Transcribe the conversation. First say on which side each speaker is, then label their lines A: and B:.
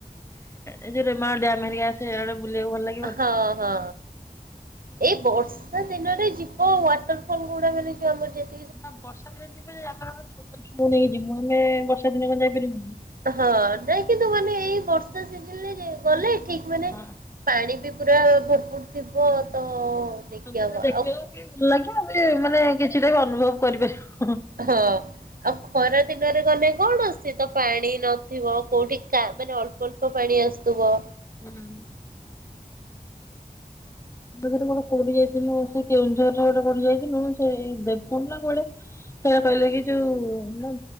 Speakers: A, on the left; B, on the right.
A: ଏ ଯୋଉ ରେମାଳ ଡ୍ୟାମ୍ ହେରିଆ ସିଆଡେ ବୁଲିବାକୁ ଭଲ ଲାଗେ।
B: ହଁ। ହଁ। ଏଇ ବର୍ଷା ଦିନରେ ଯିବ ୱାଟର୍ ଫଲ୍ ଗୁଡ଼ା ମାନେ କିଏ ଆମର ଯେ ଯିବ।
A: ନା ବର୍ଷା ଦିନେ ଯିବେ ଯେ ଆମର୍ ପା ଛୋଟ ଛୁଆଙ୍କୁ ନେଇକି ଯିବୁ ଆମେ ବର୍ଷା ଦିନେ କଣ ଯାଇପାରିବୁ।
B: ହଁ ନାଇଁ କିନ୍ତୁ ମାନେ ଏଇ ବର୍ଷା ସିଯିନ୍ ରେ ଗଲେ ଠିକ୍ ମନେ
A: ହଁ
B: ପାଣି ବି ପୁରା ଭର ଫୁର ଥିବ ତ ଦେଖିହବ
A: ସବୁଟା ଦେଖିବାକୁ
B: ଆଉ
A: କି ଭଲ ଲାଗେ ଏଇ ମାନେ କିଛିଟା ବି ଅନୁଭବ୍ କରିପାରିବ।
B: ହଁ ଆଉ ଖରା ଦିନରେ ଗଲେ କଣ ଅଛି? ସେ ତ ପାଣି ନଥିବ କୋଉଠି ମାନେ ଅଳ୍ପ ଅଳ୍ପ ପାଣି ଆସୁଥିବ।
A: <unintelligible> <unintelligible> କୋଉଠି କି ଯାଇଥିଲୁ ସେଇ କେଉଁଝର ଆଡେ କୁଆଡେ ଜାଇଥିନୁ ସେଇ ଦେବକୁଣ୍ଡ ନା କୁଆଡେ ସେଇଆ କହିଲେ କି ଯୋଉ